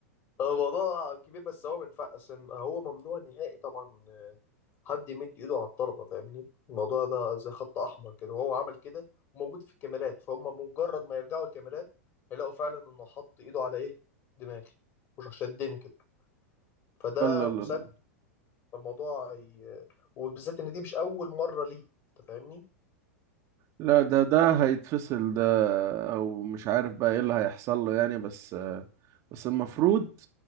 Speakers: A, on the left (about 35°); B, on the right (about 40°).
A: الموضوع كبير بس هو منفع عشان هو ممنوع نهائي طبعا آه، حد يمد إيده على الطلبة فاهمني الموضوع ده زي خط أحمر كده وهو عمل كده وموجود في الكاميرات فهم مجرد ما يرجعوا الكاميرات هيلاقوا فعلا إنه حط إيده على إيه دماغي مش شدني كده فده
B: الله الله
A: مسك
B: الله
A: فالموضوع ي... وبالذات إن دي مش أول مرة ليه أنت فاهمني؟
B: لا ده ده هيتفصل ده أو مش عارف بقى إيه اللي هيحصل له يعني بس بس المفروض